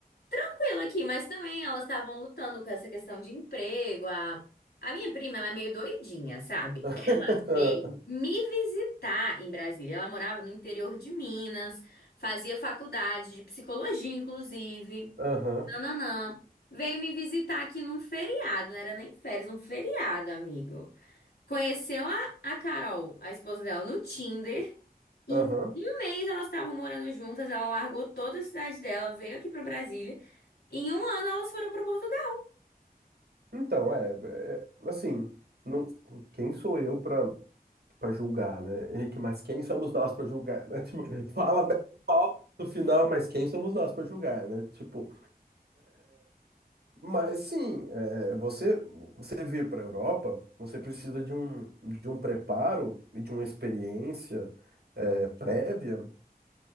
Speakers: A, on the left; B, on the right.
A: tranquila aqui, mas também elas estavam lutando com essa questão de emprego. A, a minha prima, ela é meio doidinha, sabe?
B: <laughs>
A: Ela Veio me visitar em Brasília. Ela morava no interior de Minas, fazia faculdade de psicologia, inclusive.
B: Aham,
A: Nananã. Veio me visitar aqui num feriado, não era nem férias, um feriado, amigo. Conheceu a, a Carol, a esposa dela, no Tinder. Em
B: aham.
A: um mês elas estavam morando juntas, ela largou toda a cidade dela, veio aqui pra Brasília. Em um ano elas foram pra Portugal.
B: Então, é, é, assim, não, quem sou eu para para julgar, né? Henrique, mas quem somos nós para julgar, né? <laughs> Tipo, fala bem do palco no final, mas quem somos nós para julgar, né? Tipo, mas sim, é, você você vir para Europa, você precisa de um de um preparo e de uma experiência é, prévia